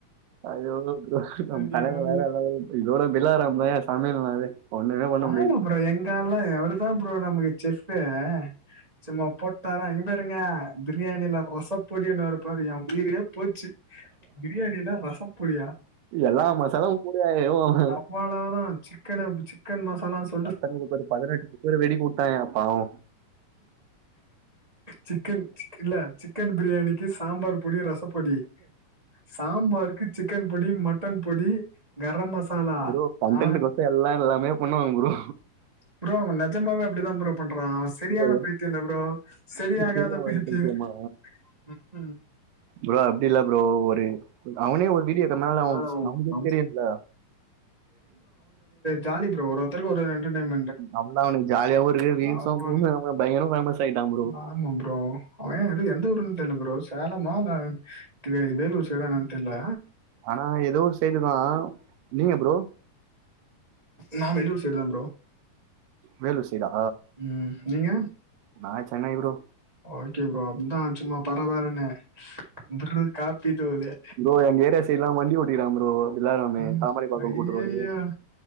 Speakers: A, on the right; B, on the right.
A: அய்யய்யோ ப்ரோ நம்
B: ஐயோ
A: தலைங்க
B: ஐயோ
A: வேற எதாவது இதோட பிலாராம் தாங்க சமையல்னாவே ஒண்ணுமே பண்ண
B: ஆமா
A: முடியாது
B: ப்ரோ எங்காள்லா அவரு தா ப்ரோ நமக்கு செஃப்பே சும்மா போட் டானா இங்க பாருங்க பிரியாணியில ரசப் பொடியனுவாரு பாரு எ உயிரே போச்சு பிரியாணில ரசப் பொடியா
A: எல்லா மசாலாவு போடுவாங்க ஏதோ ஒரு
B: அவ்ளோ தா சிக்கன் பிச் சிக்கன் மசாலாஸ்
A: எத்தன பேர்க்கு பதினெட்டு லட்சோ பேர் வெடி போட்டாயா பாவோ
B: சிக்கன் சிக் இல்ல சிக்கன் பிரியாணிக்கு சாம்பார் பொடி ரசப் பொடி சாம்பாருக்கு சிக்கன் பொடி மட்டன் பொடி கரம் மசாலா.
A: ப்ரோண கண்டண்ட்கொசரோ
B: ஆ
A: எல்லா எல்லாமே பண்ணுவாங்க ப்ரோ
B: ப்ரோ அவே நெசாமாவே அப்டிதா ப்ரோ பண்றா அவ ச செரியான
A: ப்ரோ
B: பைத்தியோ இல்ல ப்ரோ செரியாகாத
A: எப்படி சரியா வருது
B: பைத்தியோ
A: பைத்தியமா
B: ம் ம்
A: ப்ரோ அப்டி இல்ல ப்ரோ ஒரு அவனே ஒரு வீடியோ எடுத் இருனால
B: அதனால
A: அவ
B: அவன்
A: அவனுக்கே
B: அவன்
A: தெரியல
B: ஜாலிப்ரோ ஒருவொரு திரும்ப ஒரு ரெண்டு டைம்
A: அவ்ளோதா அவனுக்கு ஜாலியாவு இருக்கு வீயூஸ்
B: அவன்
A: வந்து ரொம்ப பயங்கர ஃபேமஸ் ஆயிட்டான் ப்ரோ
B: ஆமா ப்ரோ அவே இது எந்த ஊருன்னு தெர்ல ப்ரோ சேலமா இல்ல வேலூர் சைட்டா என்னன் தெர்ல
A: ஆனா ஏதோ ஒரு சைடுதா நீங்க ப்ரோ
B: நா வேலூர் சைடு தா ப்ரோ
A: வேலூர் சைடா
B: ம் நீங்க
A: நா சென்னை ப்ரோ
B: ஓகே ப்ரோ அப்தா சும்மா பரவறனு ப்ரூ காப்பி தூளு
A: ப்ரோ ஒங் ஏரியா சைட் ல்லா வண்டி ஓட்டிக்ரா ப்ரோ பிலாராமே
B: ம்
A: தாமரைப்பாக்கம்
B: அய்யய்யோ
A: கூட்டு ரோடு